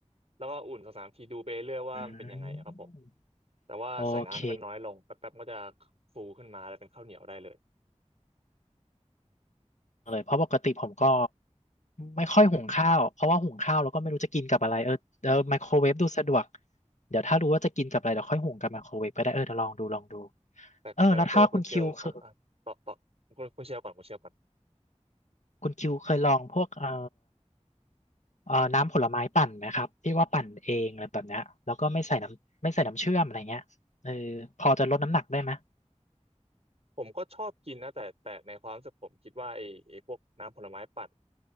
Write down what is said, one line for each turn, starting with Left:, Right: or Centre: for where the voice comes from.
Right: แล้วก็อุ่นสองสามนาทีดูไปเรื่อยว่ามันเป็นยังไงอะครับผม
Left: อืม
Right: แต่ว่าใส่น้ำให้มันน้อยลงแป๊บๆมันก็จะ
Left: โอเค
Right: ฟูขึ้นมาแล้วเป็นข้าวเหนียวได้เลย
Left: เลยเพราะปกติผมก็ไม่ค่อยหุงข้าวเพราะว่าหุงข้าวแล้วก็ไม่รู้จะกินกับอะไรเออเออไมโครเวฟดูสะดวกเดี๋ยวถ้ารู้ว่าจะกินกับอะไรเดี๋ยวค่อยหุงกับไมโครเวฟก็ได้เออเดี๋ยวลองดูลองดู
Right: แต่แต่ไมโครเวฟคุณเชลอ่ะอ่ะต่อต่อคุณคุณเชลก่อนคุณเชลก่อน
Left: เออแล้วถ้าคุณคิวเคยคุณคิวเคยลองพวกเอ่อเอ่อน้ำผลไม้ปั่นไหมครับที่ว่าปั่นเองอะไรแบบเนี้ยแล้วก็ไม่ใส่น้ำไม่ใส่น้ำเชื่อมอะไรเงี้ยเออพอจะลดน้ำหนักได้ไหม
Right: ผมก็ชอบกินนะแต่แต่ในความรู้สึกผมคิดว่าไอ้ไอ้พวกน้ำผลไม้ปั่น